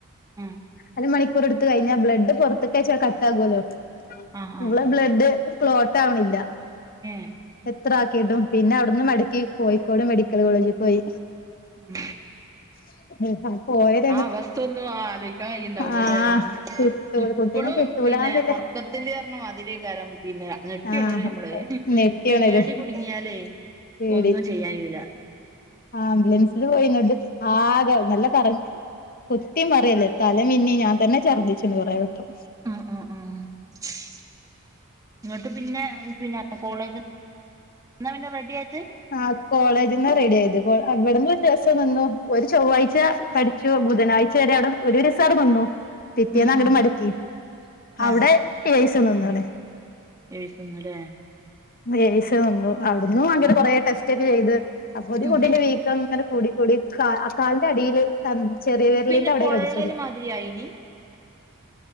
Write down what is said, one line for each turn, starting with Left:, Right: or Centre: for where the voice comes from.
Right: ആഹ്
Left: അര മണിക്കൂർ എടുത്ത് കഴിഞ്ഞാ ബ്ലഡ് പുറത്തക്കെ <unintelligible> കട്ട് ആകല്ലോ
Right: ആഹ് ആഹ്
Left: ഇവളെ
Right: ആഹ്
Left: ബ്ലഡ് ക്ലോട്ട് ആവണില്ല
Right: ഉം
Left: എത്ര ആക്കിയിട്ടും പിന്നെ അവിടുന്ന് മടക്കി കോയിക്കോട് മെഡിക്കൽ കോളേജിൽ പോയി
Right: ഉം
Left: <inaudible> പോയ രംഗ
Right: ആ അവസ്ഥ ഒന്നും ആലോചിക്കാൻ കഴിയിണ്ടാവൂലല്ലേ
Left: ആഹ്
Right: <unintelligible>
Left: കിട്ടൂല
Right: ഇപ്പളും
Left: കുട്ടീനെ കിട്ടൂലാന്നില്ല
Right: പിന്നെ ഉറക്കത്തി <unintelligible> അതിലേ <unintelligible> പിന്നെ ഞെട്ടിയുണരുവാ
Left: ആഹ്
Right: നമ്മള് <unintelligible>
Left: നെട്ടിയൊണരും
Right: പേടി കുടുങ്ങിയാലേ
Left: പേടി
Right: ഒന്നും ചെയ്യായ്യുല്ല
Left: ആംബുലൻസില് പോയി <unintelligible> ണ്ട് ആകെ നല്ല കരഞ്ഞ് കുത്തി മറയല്ലേ തല മിന്നി ഞാൻ തന്നെ ഛർദ്ദിച്ചന്ന് കുറേവെട്ടം
Right: ഉം ഉം ഉം <unintelligible> പിന്നെ പിന്നെ കോളേജ് <unintelligible> പിന്നെ റെഡി ആയിട്ട്
Left: ആഹ് കോളേജീന്നാ റെഡി ആയത് അവിടന്ന് ഒരു ദിവസം നിന്നു ഒരു ചൊവ്വാഴ്ച കടി ബുധനാഴ്ച വരെ അവിടെ ഒരു <unintelligible> അവിടെ നിന്നു പിറ്റേന്ന്
Right: ഉം
Left: അങ്ങട്
Right: ഉം
Left: മടുക്കി അവിടെ
Right: ആഹ്
Left: ഏഴൂസം നിന്നവിടെ
Right: ഏഴൂസം നിന്നൂല്ലേ
Left: ഏഴൂസം നിന്നു അവിടന്നു അങ്ങനെ കൊറെ ടെസ്റ്റ് ഒക്കെ ചെയ്ത് അപ്പൊ <unintelligible>
Right: ഉം
Left: കുട്ടിന്റെ വീക്കം ഇങ്ങനെ കൂടി കൂടി കാലിന്റെ അടിയില് <unintelligible> ചെറിയ വിരലിന്റെ
Right: പിന്നെ
Left: അവിടെ കടിച്ചത്
Right: <unintelligible>